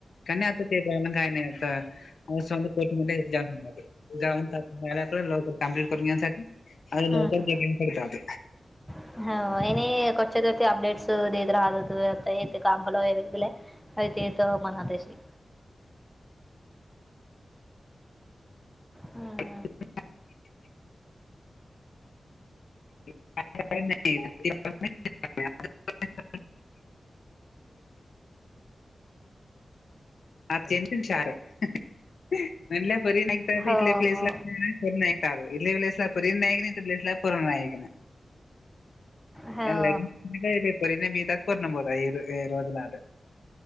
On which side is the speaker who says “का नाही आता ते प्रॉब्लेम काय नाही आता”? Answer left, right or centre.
Left